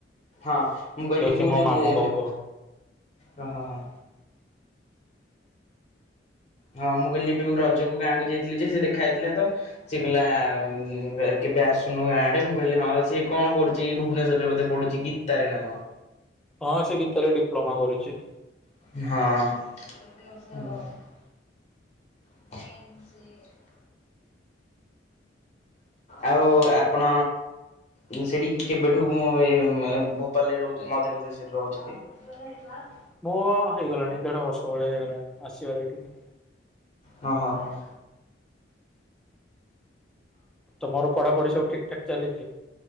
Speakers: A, on the left (about 35°); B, in the centre.
A: ହଁ ମୁଁ କହିଲି
B: ସେ ହଉଛି
A: ମୁଁ
B: ମୋ
A: ଯୋଗୁ
B: ମାମୁଙ୍କ
A: ଏବେ
B: ପୁଅ
A: ହଁ ହଁ ହଁ। ହଁ ମୁଁ କହିଲି ଏବେକୁ ରଜକୁ ଗାଁକୁ ଯାଇଥିଲି ଯେ ସେ ଦେଖା ହେଇଥିଲା ତ ସିଏ କହିଲା କେବେ ଆସୁନଉ ଗାଁ ଆଡେ ମୁଁ କହିଲି ହଁ ସିଏ କଣ କରୁଛିକି ଭୁବନେଶ୍ୱରରେ ବୋଧେ ପଢୁଛି ଗୀ ତା ରେ ନା କଣ?
B: ହଁ ସେ ଗୀତା ରେ ଡିପ୍ଲୋମା କରୁଛି।
A: ହଁ। ହଁ। <unintelligible> ଆଉ ଆପଣ ଯୋ ସେଠିକି କେବେଠୁ ମୁଁ ଭୋପାଳରେ ରହୁ ମଧ୍ୟପ୍ରଦେଶରେ ରୋହୁଚନ୍ତି? <unintelligible>
B: ମୁଁ ହେଇଗଲାଣି ଦେଢ ବର୍ଷ ଭଳିଆ ହେଇଗଲାଣି ଆସିବାର ଏଇଠିକି।
A: ହଁ ହ ହ।
B: ତମର ପଢାପଢି ସବୁ ଠିକ ଠାକ ଚାଲିଚି?